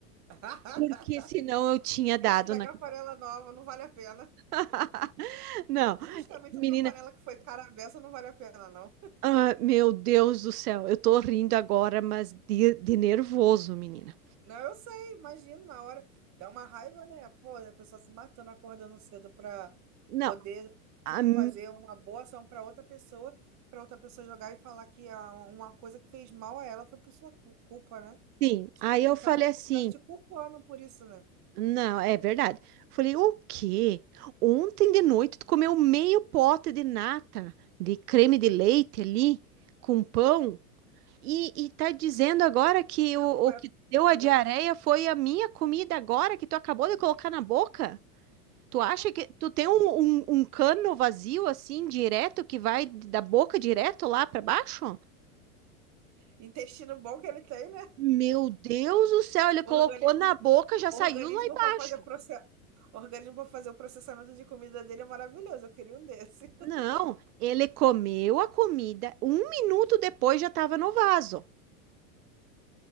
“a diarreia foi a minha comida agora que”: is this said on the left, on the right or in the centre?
Right